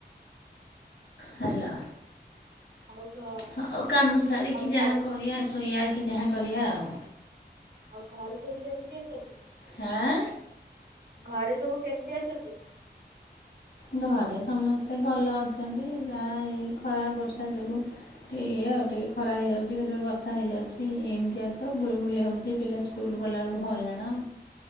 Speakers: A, on the left (about 80°); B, on the right (about 80°).
A: ହାଲ
B: ଆଉ ଘ
A: ହଉ କାମ ସାରିକି
B: ଆଉ
A: ଯାହା
B: ଘରେ
A: କରିବା ଶୋଇବା କି ଯାହା କରିବା ଆଉ।
B: ଆଉ ଘରେ ସବୁ କେମିତି ଅଛନ୍ତି।
A: ହାଁ
B: ଘରେ ସବୁ କେମିତି ଅଛନ୍ତି।
A: ଘରେ ସମସ୍ତେ ଭଲ ଅଛନ୍ତି ଯାହା ଏଇ ଖରା ବର୍ଷା ଯୋଗୁ ଏଇଆ ଆଉ ଟିକିଏ ଖରା ହେଇଯାଉଛି କେତେବେଳେ ବର୍ଷା ହେଇଯାଉଛି ଏମତିଆତ ଗୁଳୁଗୁଳି ହେଉଛି ପିଲା ସ୍କୁଲ୍ ଗଲାବେଳକୁ ହଇରାଣ